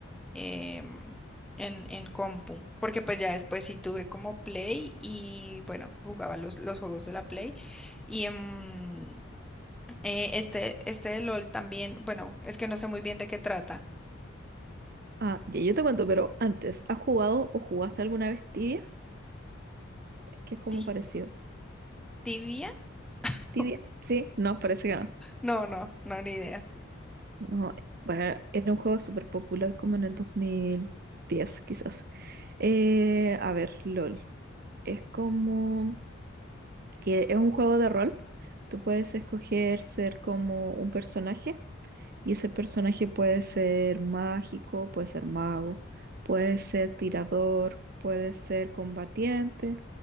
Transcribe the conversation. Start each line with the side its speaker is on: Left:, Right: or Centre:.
Centre: em, en, en compu. Porque pues ya después sí tuve como Play y bueno, jugaba los, los juegos de la Play. Y em, eh, este, este de LOL también, bueno, es que no sé muy bien de qué trata.
Right: Ah, ya, yo te cuento, pero antes, ¿has jugado o jugaste alguna vez Tibia? Es que es como
Centre: Ti-
Right: parecido.
Centre: ¿Tibia?
Right: ¿Tibia?
Centre: <laughs>
Right: Sí, no, parece que no.
Centre: No, no, no, ni idea.
Right: No, bueno, era un juego súper popular como en el dos mil diez, quizás. Eh, a ver, LOL. Es como que es un juego de rol. Tú puedes escoger ser como un personaje y ese personaje puede ser mágico, puede ser mago, puede ser tirador, puede ser combatiente